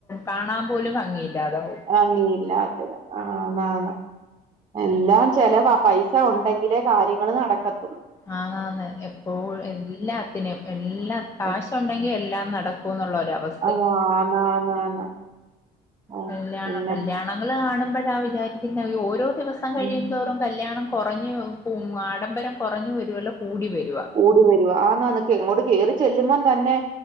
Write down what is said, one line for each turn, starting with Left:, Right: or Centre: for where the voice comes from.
Left: കാണാൻ പോലും ഭംഗിയില്ലാതാവും.
Right: ങ്ങിയില്ലാതെ ആഹ് ആന്നാന്ന്. എല്ലാം ചെലവാ. പൈസ ഉണ്ടെങ്കിലേ കാര്യങ്ങൾ നടക്കത്
Left: ആഹ് ആന്ന്. എപ്പോഴു എല്ലാ ത്തിനും എല്ലാ
Right: ആഹ്
Left: കാശ് ഉണ്ടെങ്കി എല്ലാം നടക്കൂന്നുള്ളൊരു അവസ്
Right: ആഹ്. ആന്ന് ആന്ന് ആന്ന്. ഉം
Left: കല്യാണം.
Right: പിന്നെ
Left: കല്ല്യാണങ്ങള് കാണുമ്പഴാ വിചാരിക്കുന്നേ അയ്യോ ഓരോ ദിവസം കഴിയുന്തോറും
Right: ഉം
Left: കല്യാണം കൊറഞ്ഞ്, ആഡംബരം കുറഞ്ഞ് വരുവല്ല കൂടി വരുവാ.
Right: കൂടി വരുവാ. ആന്നാന്ന് അങ്ങോട്ട് കേറി ചെല്ലുമ്പം തന്നെ